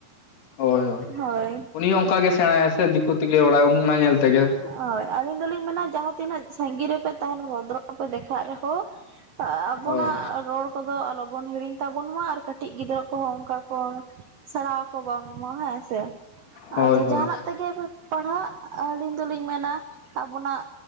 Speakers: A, on the left (about 75°); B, on the right (about 85°).
A: ᱦᱳᱭ ᱦᱳᱭ
B: ᱦᱮᱸ
A: ᱩᱱᱤ ᱦᱚᱸ ᱚᱱᱠᱟ ᱜᱮ ᱥᱮᱬᱟᱭᱟᱭ ᱥᱮ ᱫᱤᱠᱩ ᱛᱮᱜᱮ ᱚᱲᱟᱜ ᱩᱢᱼᱼ ᱚᱱᱟ ᱧᱮᱞ ᱛᱮᱜᱮ᱾
B: ᱦᱳᱭ ᱟᱹᱞᱤᱧ ᱫᱚᱞᱤᱧ ᱢᱮᱱᱟ ᱡᱟᱦᱟᱸ ᱛᱤᱱᱟᱹᱜ ᱥᱟᱺᱜᱤᱧ ᱨᱮᱯᱮ ᱛᱟᱦᱮᱱ ᱵᱚᱫᱨᱚ ᱯᱮ ᱫᱮᱠᱷᱟᱜ ᱨᱮᱦᱚᱸᱼᱼ ᱟ ᱵᱚᱱᱟᱜ
A: ᱦᱳᱭ
B: ᱨᱚᱲ ᱠᱚᱫᱚ ᱟᱞᱚᱵᱚᱱ ᱦᱤᱲᱤᱧ ᱛᱟᱵᱚᱱ ᱢᱟ ᱟᱨ ᱠᱟᱹᱴᱤᱡ ᱜᱤᱫᱽᱨᱟᱹ ᱠᱚᱦᱚᱸ ᱚᱱᱠᱟ ᱠᱚ ᱥᱮᱬᱟ ᱠᱚ ᱵᱟᱝ ᱢᱟ ᱦᱮᱸ ᱥᱮ
A: ᱦᱳᱭ
B: ᱟᱫᱚ
A: ᱦᱳᱭ
B: ᱡᱟᱦᱟᱱᱟᱜ ᱛᱮᱜᱮ ᱯᱟᱲᱦᱟᱜ ᱩᱱ ᱫᱚᱞᱤᱧ ᱢᱮᱱᱟ ᱟᱵᱚᱱᱟᱜ